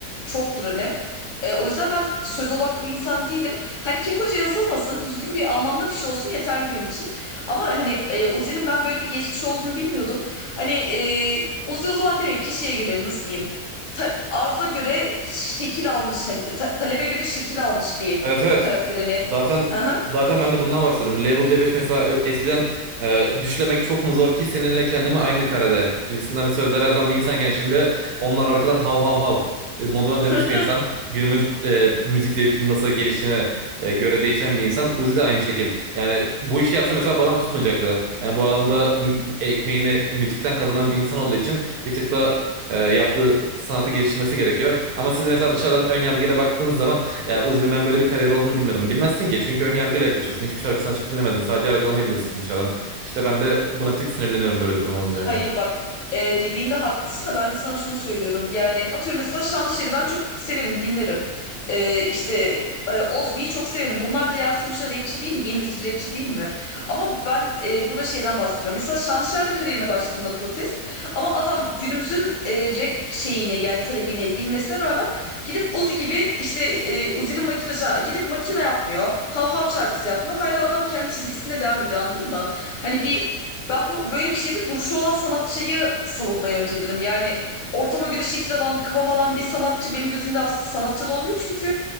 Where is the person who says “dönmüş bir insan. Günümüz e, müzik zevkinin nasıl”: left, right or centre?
Right